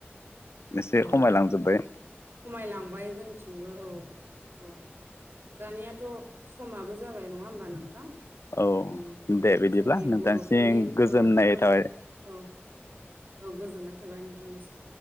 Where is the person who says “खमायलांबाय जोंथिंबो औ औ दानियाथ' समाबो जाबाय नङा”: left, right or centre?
Right